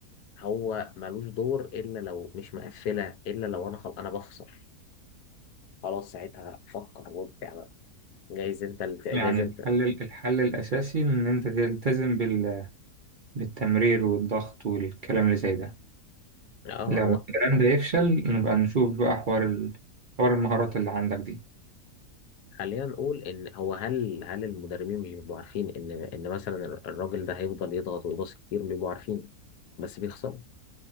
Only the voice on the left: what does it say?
هو ملوش دور الا لو مش مقفله الا لو انا خل... انا بخسر خلاص ساعتها فكر وابدع بقى جايز انت اللي... ت- جايز
انت
اه
هو
خلينا نقول ان هو هل هل المدربين مش بيبقوا عارفين ان ان مثلا الراجل ده هيفضل يضغط ويباصي كتير بيبقوا عارفين بس بيخسروا